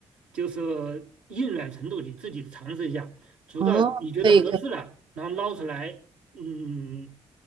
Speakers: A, on the right; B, on the right.
A: 就是硬软程度你自己尝试一下，煮到你觉得合适了，
B: 哦，可以可以。
A: 然后捞出来，嗯，